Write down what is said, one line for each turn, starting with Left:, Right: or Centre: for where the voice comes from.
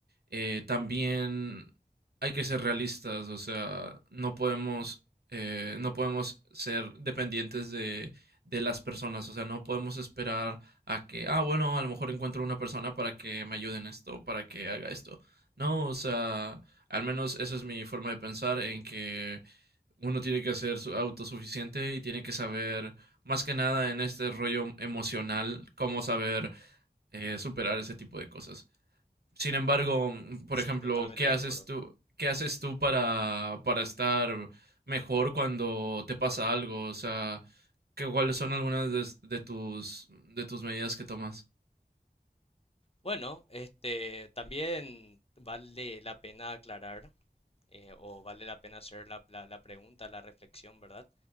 Right: eh, también hay que ser realistas, o sea, no podemos, eh, no podemos ser dependientes de, de las personas, o sea, no podemos esperar a que, ah, bueno, a lo mejor encuentro una persona para que me ayude en esto, para que haga esto. No, o sea, al menos esa es mi forma de pensar en que uno tiene que ser su- autosuficiente y tiene que saber, más que nada en este rollo emocional, cómo saber eh, superar ese tipo de cosas. Sin embargo, mm, por
Left: sí,
Right: ejemplo,
Left: totalmente
Right: ¿qué
Left: de
Right: haces
Left: acuerdo.
Right: tú, qué haces tú para, para estar mejor cuando te pasa algo? O sea, ¿qué, ¿cuáles son algunas de, de tus, de tus medidas que tomas?
Left: Bueno, este también vale la pena aclarar. eh, o vale la pena hacer la, la- la pregunta, la reflexión, ¿verdad?